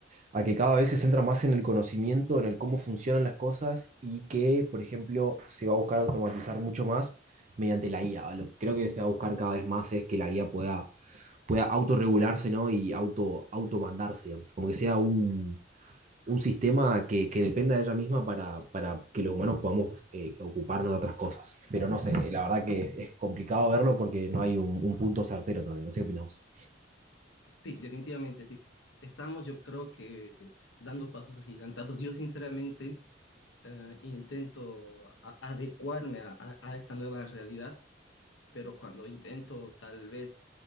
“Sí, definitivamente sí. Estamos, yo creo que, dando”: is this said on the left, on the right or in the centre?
Left